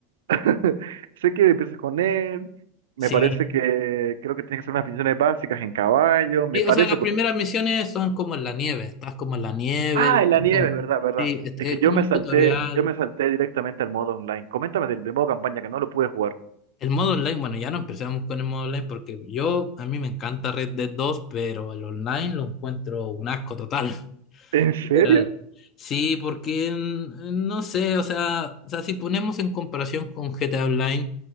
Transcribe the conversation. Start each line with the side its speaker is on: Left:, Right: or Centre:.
Right: <laughs> sé que empiezas con él. Me
Left: Sí.
Right: parece que creo que tienes que hacer unas funciones básicas en caballo. Me
Left: Sí,
Right: parece
Left: o sea, las
Right: porque...
Left: primeras misiones son como en la nieve. Estás como en la nieve.
Right: Ah, en la nieve,
Left: como-
Right: ¿verdad? ¿Verdad?
Left: sí, es,
Right: Es
Left: es
Right: que yo
Left: como
Right: me
Left: un
Right: salté,
Left: tutorial.
Right: yo me salté directamente al modo online. Coméntame del, del modo campaña que no lo pude jugar.
Left: El modo online, bueno, ya no empezamos con el modo online porque yo, a mí me encanta Red Dead dos pero el online lo encuentro un asco total.
Right: ¿En serio?
Left: Literal. Sí, porque mm, no sé, o sea, o sea, si ponemos en comparación con GTA Online,